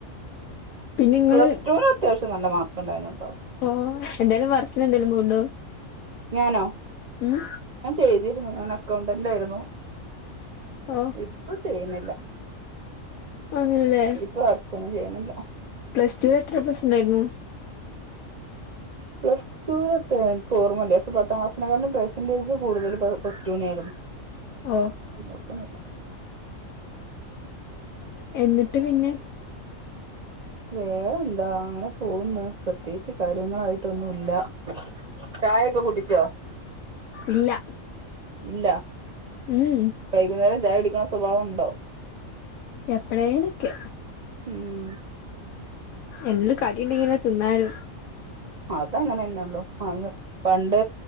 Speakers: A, on the left; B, on the right.
A: പിന്നെ ഇങ്ങള്
B: പ്ലസ് ടുനത്യാവശ്യം നല്ല മാർക്ക്ണ്ടായിന്നുട്ടോ
A: ഓ എന്തേലും വർക്കിനെന്തേലും പോവ്ണ്ടോ
B: ഞാനോ
A: ഉം
B: ഞാൻചെയ്തിരുന്നു ഞാൻ അക്കൗണ്ടന്റായിരുന്നു
A: ഓ
B: ഇപ്പൊചെയ്യ്ണില്ല
A: അങ്ങനെല്ലേ
B: ഇപ്പൊ വർക്കൊന്നും ചെയ്യ്ണില്ല
A: പ്ലസ് ടുലെത്ര എ പ്ലസ്ണ്ടായിരുന്നു
B: പ്ലസ് റ്റുലെത്രേഇൻക്ക് ഓർമ്മല്ല ശെപത്താം ക്ലാസിനെക്കാട്ടിലും പെർസെന്റെജ് കൂടുതല് പ്ലസ് ടുനേര്ന്നു
A: ഓ
B: <unintelligible>
A: എന്നിട്ട്പിന്നെ
B: വേറെന്താ അങ്ങനെ പോവ്ന്ന് പ്രത്യേകിച്ച് കാര്യങ്ങളായിട്ടൊന്നുല്ല ചായയൊക്കെ കുടിച്ചോ
A: ഇല്ല
B: ഇല്ല
A: ഊ ഉം
B: വൈകുന്നേരം ചായ കുടിക്കണ സ്വഭാവണ്ടോ
A: എപ്പളേലൊക്കെ
B: ഉം
A: എന്ത് കടിണ്ടെങ്കിലും അത് തിന്നാര്
B: അതങ്ങനെ തന്നെ ഉള്ളു അഹ് പണ്ട്